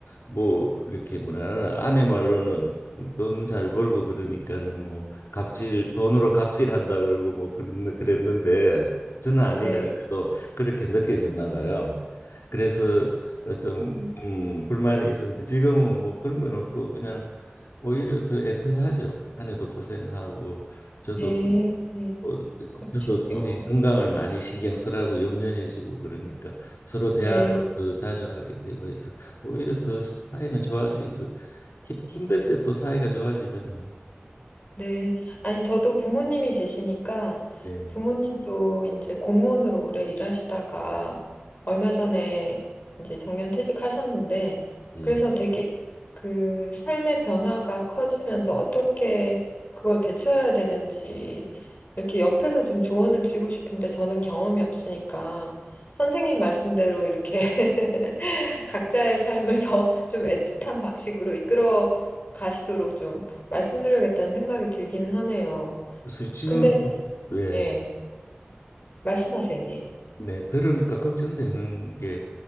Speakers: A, on the left; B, on the left.
A: 뭐 이렇게 뭐라 하나 아내 말로는 돈 잘 벌고 그러니까는 뭐 갑질 돈으로 갑질한다 그러고 뭐 그런 그랬는데 저는 아니라
B: 네.
A: 그래도 그렇게 느껴졌나 봐요. 그래서 어, 좀
B: 음,
A: 음, 불만이 있었는데 지금은 뭐 그런 건 없고 그냥 오히려 더 애틋하죠. 아내도 고생하고 저도
B: 네,
A: 뭐
B: 네,
A: 어,
B: 그러시구나.
A: 저도 굉장히 건강을 많이 신경 쓰라고 염려해주고 그러니까 서로 대화도
B: 네.
A: 더 자주 하게 되고 해서 오히려 더 사이는 좋아진 그 힘- 힘들 때 또 사이가 좋아지잖아요.
B: 네. 아니, 저도 부모님이 계시니까
A: 예,
B: 부모님도 이제 공무원으로 오래 일하시다가 얼마 전에 이제 정년퇴직하셨는데
A: 예.
B: 그래서 되게 그 삶의 변화가 커지면서 어떻게 그걸 대처해야 되는지 이렇게 옆에서 좀 조언을 드리고 싶은데 저는 경험이 없으니까 선생님 말씀대로 이렇게 <laughs> 각자의 삶을 더 좀 애틋한
A: 예.
B: 방식으로 이끌어 가시도록 좀 말씀드려야겠다는 생각이 들기는 하네요.
A: 그래서 지금
B: 근데,
A: 왜,
B: 예, 말씀하세요, 예.
A: 네, 들으니까 걱정되는 게